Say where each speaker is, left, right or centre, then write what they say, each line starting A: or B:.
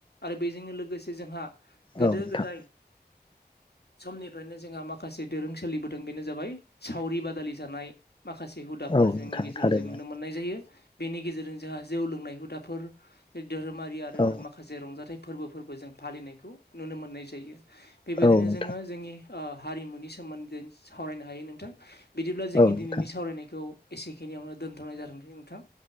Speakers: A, on the left; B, on the left.
A: आरो बेजोंनो लोगोसे जोंहा गोदो-गोदाय
B: औ नोंथां
A: समनिफ्रायनो जोंहा माखा माखासे दोरों सोलिबोदों बेनो जाबाय सावरि बादालि जानाय माखासे हुदा फोर
B: औ
A: जोंनि
B: नोंथां
A: गेजेराव
B: थारैनो
A: जों नुनो मोननाय जायो बेनि गेजेरजों जोंहा जौ लोंनाय हुदाफोर, धोरोमारि आरो
B: औ
A: माखासे रंजाथाइ फोरबो फोरबो जों फालिनायखौ नुनो मोननाय जायो। बेबायदिनो
B: औ नोंथां
A: जोङो जोंनि ओ हारिमुनि सोमोन्दै सावरायनो हायो नोंथां। बिदिब्ला जोंनि
B: औ नोंथां
A: दिनैनि सावरायनायखौ एसेखिनियावनो दोनथ'नाय जादों दै नोंथां।